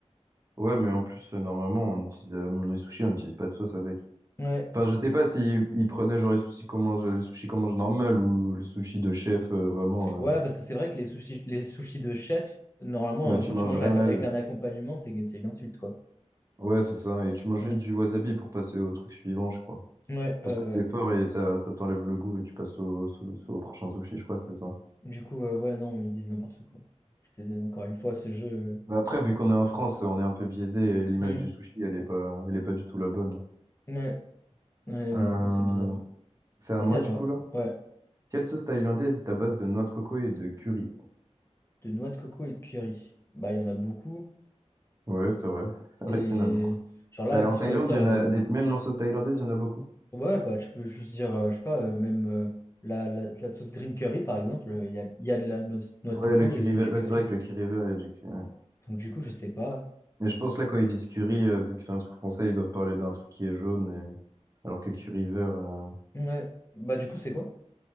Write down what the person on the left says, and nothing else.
Ouais.
Parce que- ouais,
parce que c'est vrai que les sushis, les sushis de chef, normalement,
euh,
quand
tu manges
avec,
avec un accompagnement, c'est c'est une insulte, quoi.
Mm.
Ouais,
euh,
ouais.
Du coup, euh, ouais, non, ils disent n'importe quoi. Je te donne encore une fois ce jeu.
euh.
Mm. Ouais. Ouais, honnêtement,
c'est bizarre.
Vas-y,
à
toi.
Ouais.
De noix de coco et de curry. Bah, il y en a beaucoup.
Et
genre là,
dit
comme ça,
euh,
ouais, bah, tu peux juste dire, euh, je sais pas, euh, même euh, la, la- la sauce green curry, par exemple, euh, il y a, il y a de la noce- noix de
coco
et il y a
du
curry.
Donc, du coup, je sais pas.
Ouais. Bah du coup, c'est quoi?